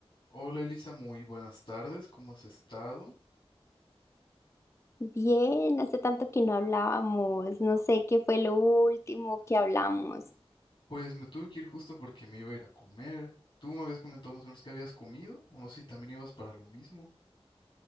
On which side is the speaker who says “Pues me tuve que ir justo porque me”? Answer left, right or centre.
Left